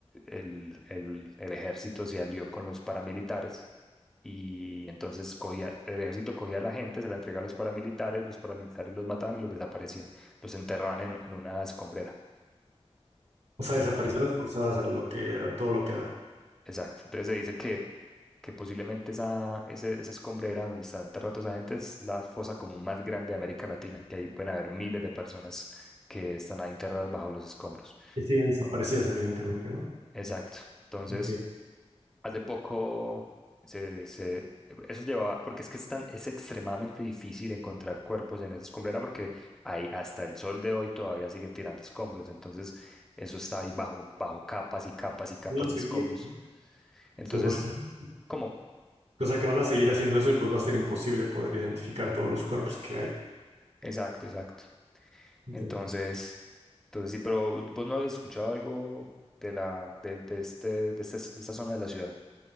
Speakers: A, in the centre; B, on the right.
A: el, el, el ejército se alió con los paramilitares. Y entonces cogía, el ejército cogía a la gente, se la entregaba a los paramilitares, los paramilitares los mataban y los desaparecían, los enterraban en en una escombrera.
B: O sea, desapariciones forzadas a lo que a todo lo que da.
A: Exacto. Entonces se dice que, que posiblemente esa, ese- esa escombrera donde está enterrado esa gente es la fosa común más grande de América Latina, que ahí pueden haber miles de personas que están ahí enterradas bajo los escombros.
B: Que siguen desaparecidas, evidentemente, ¿no?
A: Exacto. Entonces,
B: Aunque
A: hace poco se, se- eso llevaba, porque es que es tan, es extremadamente difícil encontrar cuerpos en esa escombrera porque ahí hasta el sol de hoy todavía siguen tirando escombros. Entonces, eso está ahí bajo, bajo capas y capas y capas
B: van a seguir,
A: de escombros.
B: ¿no?
A: Entonces,
B: Seguro. <laughs>
A: ¿cómo?
B: O sea, que van a seguir haciendo eso y pues va a ser imposible poder identificar todos los cuerpos que hay.
A: Exacto, exacto.
B: Ok.
A: Entonces, entonces sí, pero vos no habías escuchado algo de la, de, de este, de este- de esta zona de la ciudad.